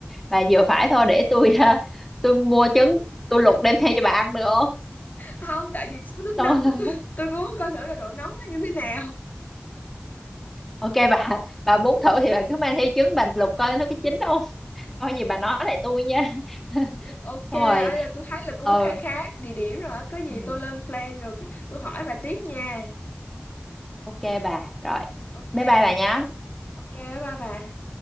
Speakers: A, in the centre; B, on the left.
A: bà vừa phải thôi để tôi à, tôi mua trứng tôi luộc đem theo cho bà ăn được
B: không tại vì số nước
A: không
B: nóng là tôi
A: <laughs>
B: tôi muốn coi thử là độ nóng nó như thế nào
A: ok bà bà muốn thử thì bà cứ mang theo trứng bà lục coi nó có chín không coi gì bà nói lại tôi nha <laughs>
B: ok
A: xong
B: ấy
A: rồi
B: là tôi thấy là cũng
A: ừ
B: khá khá địa điểm rồi á. có gì
A: ừ,
B: tôi lên plan rồi tôi hỏi bà tiếp nha
A: ok bà rồi
B: ok
A: bye bye bà nhé
B: ok bye bye bà